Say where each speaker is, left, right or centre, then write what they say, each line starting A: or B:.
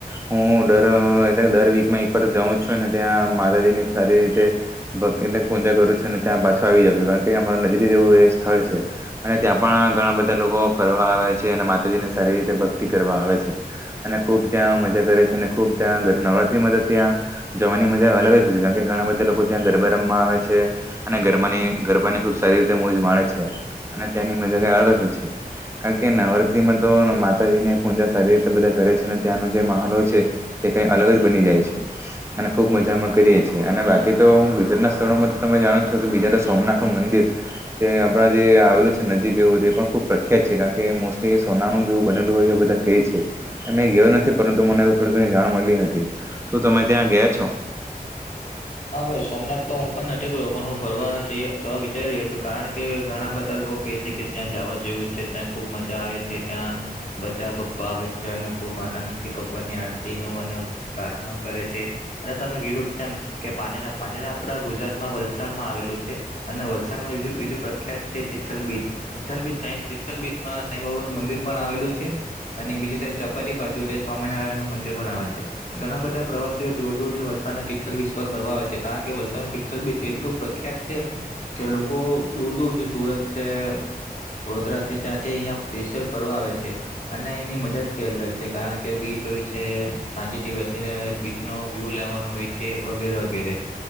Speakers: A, on the right; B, on the left.
A: હું દર એટલે દર વીકમાં એક વાર જઉં છું ને ત્યાં માતાજી ની સારી રીતે ભ કેટલેક પૂજા કરું છું ને ત્યાં પાછો આવી જાઉ કાણ કે અમાર નજીક જેવું એ સ્થળ છે અને ત્યાં પણ ઘણા બધા લોકો ફરવા આવે છે અને માતાજી ની સારી રીતે ભક્તિ કરવા આવે છે અને ખુબ ત્યાં મજા કરે છે અને ખુબ ત્યાં ઘ નવરાતિ માં તે ત્યાં જવાની મજા અલગ જ હોય છે કાણકે ઘણા બધા લોકો ત્યાં ગરબા રમવા આવે છે અને ગરમાની ગરબાની ખુબ સારી રીતે મોજ માણે છે અને ત્યાંની મજા કંઈ અલગ જ હોય છે કાણ કે નવરાત્રીમાં તો માતાજીની પૂજા સારી રીતે બધા કરે છે અને ત્યાંનો જે માહોલ હોય છે તે કઈ અલગ જ બની જાય છે અને ખૂબ મજામાં કરીએ છીએ અને બાકી તો હું ગુજરાતના સ્થળોમાં તો તમે જાણો જ છો કે બીજા તો સોમનાથનુ મંદિર તે આપણા જે આવેલું છે નજીક એવું, તે પણ ખૂબ પ્રખ્યાત છે કાણ કે મોસ્ટલી સોનાનું જેવું બનેલું હોય એવુ બધા કેય છે અ મેં ગયો નથી પરંતુ મને થોડી ઘણ જાણ મલી હતી શું તમે ત્યાં ગયા છો?
B: હા ભાઈ સોમનાથ તો હું પન નથી ગયો પણ હું ફરવા જઈ જવા વિચારી રહ્યો છું કારણ કે ઘણા બધા લો કેય છે કે ત્યાં જાવા જેવુ છે ત્યાં ખુબ મજા આવે છે, ત્યાં બધા ભક્તો આવે છે અને ખૂબ આનંદ થી ભગવાનની આરતી નો અને પ્રાર્થનાઓ કરે છે અને તમે ગીર ઉદ્યા કે પાનેરા પાનેરા આપડા ગુજરાતમાં વલસાડમાં આવેલું છે અને વલસાડમાં બીજું બીજું પ્રખ્યાત છે કે થલ બીચ તીથલ બીચ સાંઈ તીથલ બીચમાં સાંઈબાબાનું મંદિર પણ આવેલું છે અને બીજી સાઈ ચપાટી બાજુ તે સ્વામિનારાયણનું મંદિર પણ આવેલ છે, ઘણા બધા પ્રવાસીઓ દૂર દૂર થી વલ સાડનાં તિઠલ બીચ પર ફરવા આવે છે કારણ કે વલસાડનું તિઠલ બીચ એટલું પ્રખ્યાત છે કે લોકો દૂર દૂરથી સુરત છે વડોદરા છે ત્યાંથી છે અઈયા પેશિયલ ફરવા આવે છે અને એની મજા જ કંઈ અલગ છે કારણ કે બીચ હોય છે શાતિથી બેસીને બીચ નો વ્યુ લેવાનો હોય છે. વગેરે વગેરે